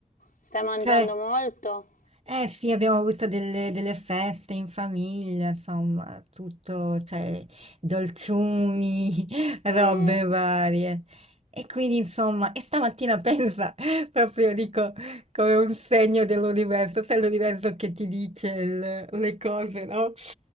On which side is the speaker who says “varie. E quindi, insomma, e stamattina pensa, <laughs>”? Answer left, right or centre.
Right